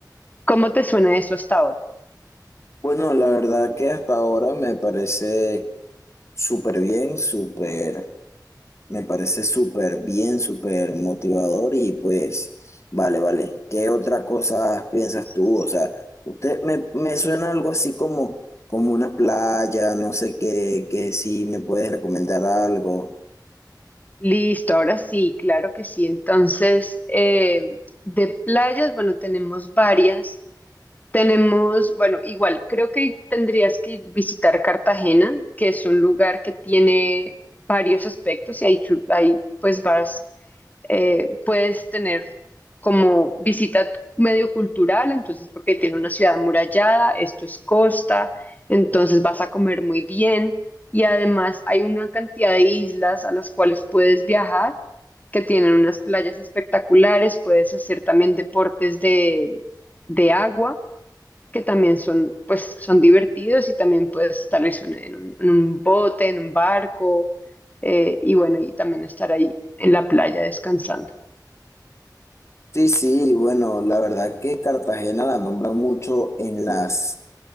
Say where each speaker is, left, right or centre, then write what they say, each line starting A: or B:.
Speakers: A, on the left; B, on the left.
A: ¿Cómo te suena eso hasta ahora?
B: Bueno, la verdad que hasta ahora me parece súper bien, súper. Me parece súper bien, súper motivador y pues, vale, vale. ¿Qué otra cosa piensas
A: Listo.
B: tú? O sea, usted me, me suena algo así como, como una playa, no sé qué, que si me puedes recomendar algo.
A: Listo, ahora sí, claro que sí. Entonces, eh, de playas, bueno, tenemos varias. Tenemos, bueno, igual, creo que tendrías que visitar Cartagena, que es un lugar que tiene varios aspectos y ahí, chu- ahí, pues vas, eh, puedes tener como visita medio cultural, entonces porque tiene una ciudad amurallada, esto es costa, entonces vas a comer muy bien y además hay una cantidad de islas a las cuales puedes viajar, que tienen unas playas espectaculares, puedes hacer también deportes de, de agua que también son, pues, son divertidos y también puedes tal vez en en un, en un bote, en un barco, eh, y bueno, y también estar ahí en la playa descansando.
B: Sí, sí, bueno, la verdad que Cartagena la nombran mucho en las,